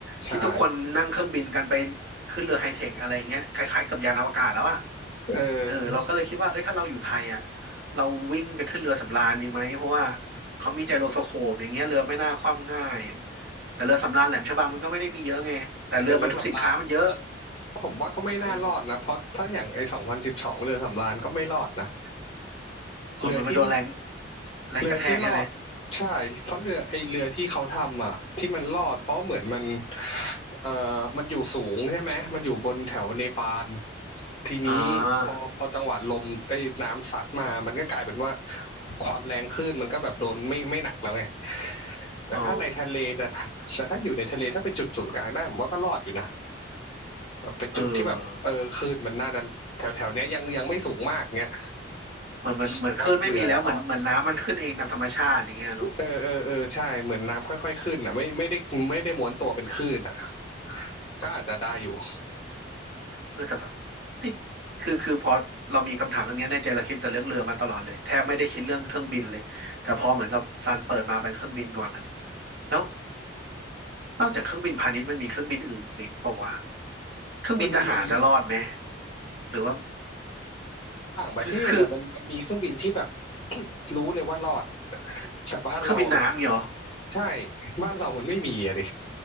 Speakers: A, on the left; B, on the right.
A: ใช่
B: ที่ทุกคนนั่งเครื่องบินกันไปขึ้นเรือไฮเทคอะไรเงี้ยคล้ายๆกับยานอวกาศแล้วอ่ะ
A: เออ
B: เออเราก็เลยคิดว่าเอ้ยถ้าเราอยู่ไทยอ่ะเราวิ่งไปขึ้นเรือสำราญดีไหมเพราะว่าเขามีไจโรสโคปอย่างเงี้ยเรือไม่น่าคว่ำง่ายแต่เรือสำราญแหลมฉบังมันก็ไม่ได้มีเยอะไงแต่เรือมันทุกสินค้ามันเยอะ
A: แต่เรือสำราญ ผมว่าก็ไม่น่ารอดนะเพราะถ้าอย่างไอ้สองพันสิบสองเรือสำราญก็ไม่รอดนะ
B: เอออ๋อเหมือนมันโดนแรง
A: เรือที่
B: แรงกระแทกใช่ไหม
A: เรือที่รอดใช่เพราะเรือไอ้เรือที่เขาทำอ่ะที่มันรอดเพราะเหมือนมันเอ่อมันอยู่สูงใช่ไหมมันอยู่บนแถวเนปาลทีนี้พอพอจังหวะลมไอ้น้ำซัดมามันก็กลายเป็นว่า
B: อ่า
A: ความแรงคลื่นมันก็แบบโดนไม่ไม่หนักแล้วไงแต่ถ้าในทะเลแต่
B: อ๋อ
A: แต่ถ้าอยู่ในทะเลถ้าไปจุดศูนย์กลางได้ผมว่าก็รอดอยู่นะ แบบเป็นจุดที่แบบเออคลื่นมันน่าจะแถวแถวเนี้ยยังยังไม่สูงมากเงี้ย
B: เออเหมือนเหมือนเหมือนคลื่นไม่มีแล้วเหมือนเหมือนน้ำมันขึ้นเองตามธรรมชาติอย่างเงี้ยเนอะ
A: ผมว่าเรือน่ะรอดเออเออเออใช่เหมือนน้ำค่อยๆขึ้นอ่ะไม่ไม่ได้ไม่ได้ม้วนตัวเป็นคลื่นอ่ะก็อาจจะได้อยู่
B: เออแต่แบบเฮ้ยคือคือพอเรามีคำถามเรื่องเนี้ยในใจเราคิดแต่เรื่องเรือมาตลอดเลยแทบไม่ได้คิดเรื่องเครื่องบินเลยแต่พอเหมือนกับซันเปิดมาเป็นเครื่องบินก่อนอะแล้วนอกจากเครื่องบินพาณิชย์มันมีเครื่องบินอื่นอีกเปล่าวะเครื่องบินทหารจะรอดไหม
A: มันมี
B: หรือว่า
A: ต่างประเทศอ่ะมันมันมีเครื่องบินที่แบบ
B: คือคือ
A: <coughs> รู้เลยว่ารอดอ่ะแต่บ้านเราอ่ะไม่
B: เครื่องบินน้ำเนียเหรอ
A: ใช่บ้านเรามันไม่มีอ่ะดิ